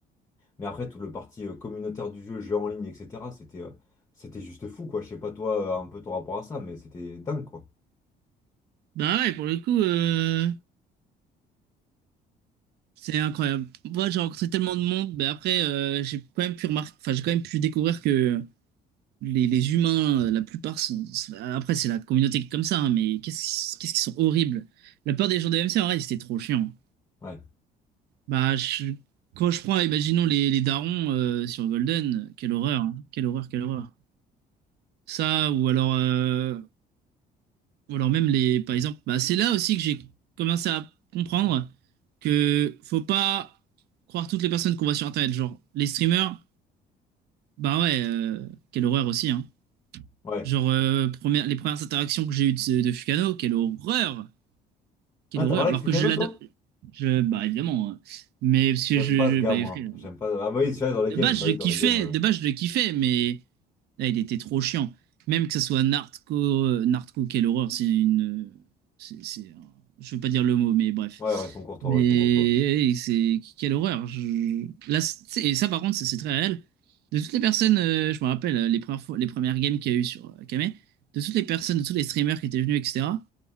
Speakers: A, on the left (about 20°); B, on the right (about 75°).
A: mais après, tout le parti euh, communautaire du jeu, jeu en ligne, etc., c'était euh, c'était juste fou, quoi. Je sais pas, toi, euh, un peu ton rapport à ça, mais c'était dingue, quoi.
B: Bah ouais, pour le coup, euh, c'est incroyable. Moi, j'ai rencontré tellement de monde, mais après, euh, j'ai quand même pu remarquer, enfin, j'ai quand même pu découvrir que les, les humains, euh, la plupart sont. c'est- Après, c'est la communauté qui est comme ça, hein, mais qu'est-ce qu'est-ce qu'ils sont horribles. La peur des gens de MC, en vrai, c'était trop chiant.
A: Ouais,
B: Bah, je- quand je prends, imaginons les, les darons euh, sur Golden, quelle horreur, hein. Quelle horreur, quelle horreur. Ça, ou alors, euh, ou alors même les, par exemple, bah, c'est là aussi que j'ai commencé à comprendre que faut pas croire toutes les personnes qu'on voit sur Internet. Genre, les streamers, bah ouais, euh, quelle horreur aussi, hein.
A: ouais.
B: Genre, euh, première- les premières interactions que j'ai eues de, de Fukano, quelle horreur, quelle
A: Ah,
B: horreur.
A: t'as parlé
B: Alors
A: avec Lucano,
B: que je l'adore,
A: toi?
B: je, bah évidemment, euh, mais parce
A: J'aime
B: que je,
A: pas
B: je
A: ce gars,
B: bah,
A: moi.
B: frère,
A: J'aime pas. Ah, bah oui, celui-là, dans les
B: De
A: games.
B: base,
A: Bah
B: je
A: oui,
B: le
A: dans
B: kiffais,
A: les games. euh.
B: de base, je le kiffais, mais là, il était trop chiant. Même que ce soit Nartco, euh, Nartco, quelle horreur, c'est une. c'est- c'est un- Je veux pas dire le mot, mais bref.
A: Ouais, restons courtois,
B: Mais
A: restons
B: hey,
A: courtois.
B: c'est quelle horreur. je- Là, c'est- et ça, par contre, c'est c'est très réel. De toutes les personnes, euh, je me rappelle euh, les premières fois, les premières games qu'il y a eu sur euh, Kame, de toutes les personnes, de tous les streamers qui étaient venus, etc.